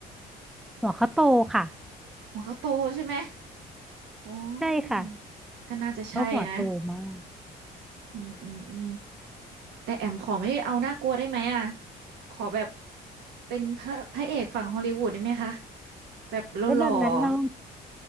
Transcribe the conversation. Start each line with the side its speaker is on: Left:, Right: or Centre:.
Centre: หัวเขาโตค่ะ
Right: หัวเขาโตใช่ไหมโอ้
Centre: ใช่ค่ะ
Right: ยก็น่าจะใช่นะ
Centre: เขาหัวโตมาก
Right: อืมอืมอืมแต่แอมขอไม่เอาน่ากลัวได้ไหมอ่ะขอแบบเป็นพระพระเอกฝั่งฮอลลีวูดได้ไหมคะแบบหล่อ
Centre: แล้วแบบนั้นเรา
Right: ๆ